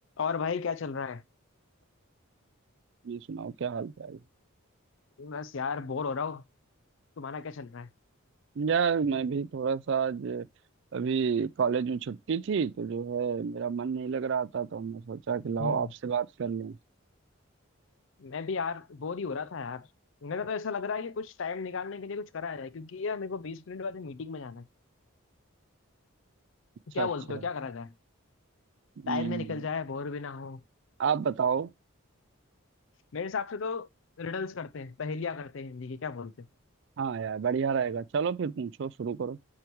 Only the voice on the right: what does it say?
ये सुनाओ क्या हाल चाल है?
यार मैं भी थोड़ा सा आज अभी कॉलेज में छुट्टी थी तो जो है मेरा मन नहीं लग रहा था तो हमने सोचा कि लाओ
आपसे बात कर लें
अच्छा
अच्छा
हम्म
आप बताओ
हाँ यार बढ़िया रहेगा चलो फिर पूछो शुरू करो